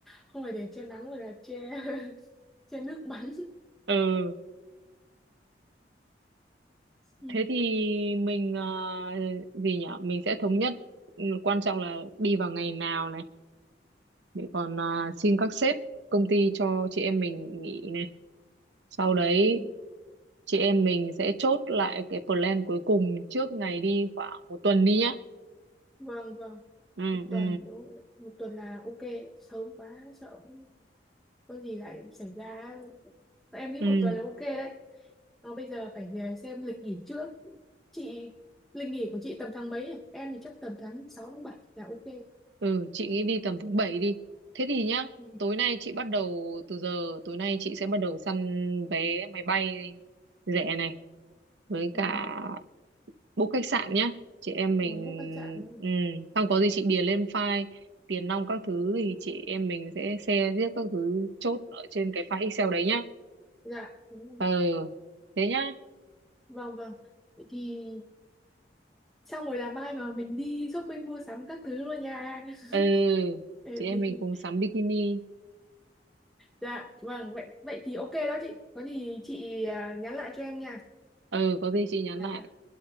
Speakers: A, in the centre; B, on the right (about 80°).
A: không phải để che nắng mà là che <laughs> che nước bắn
B: ừ
A: ừ.
B: thế thì mình ờ, gì nhở mình sẽ thống nhất ừ, quan trọng là đi vào ngày nào này để còn ờ, xin các sếp công ty cho chị em mình nghỉ này sau đấy
A: mình-
B: chị em mình sẽ chốt lại cái plan cuối cùng trước ngày đi khoảng một tuần đi nhá
A: vâng vâng
B: ừ
A: một tuần
B: ừ
A: đúng rồi. một tuần là ok sớm quá sợ có gì lại xảy ra em nghĩ
B: ừ
A: một tuần là ok đấy nó bây giờ phải về xem lịch nghỉ trước chị lịch nghỉ của chị tầm tháng mấy à? em thì chắc tầm tháng 6 tháng 7 là ok
B: Ừ, chị nghĩ đi tầm tháng 7 đi. Thế thì nhá,
A: ừ.
B: tối nay chị bắt đầu từ giờ, tối nay chị sẽ bắt đầu săn vé máy bay rẻ này với
A: Ừ.
B: cả book khách sạn nhá. Chị em mình
A: rồi book khách sạn đúng không?
B: ừ, xong có gì chị điền lên file tiền nong các thứ thì chị em mình sẽ share riết các thứ chốt ở trên cái file Excel đấy nhá.
A: dạ đúng rồi.
B: Ừ, thế nhá.
A: vâng vâng Vậy thì xong rồi là mai mà mình đi shopping mua sắm các thứ luôn nha <laughs>
B: Ừ,
A: Để
B: chị em
A: mình...
B: mình cùng sắm bikini.
A: dạ vâng vậy vậy thì ok đó chị có gì chị à, nhắn lại cho em nha
B: Ừ, có gì chị nhắn
A: dạ
B: lại.
A: dạ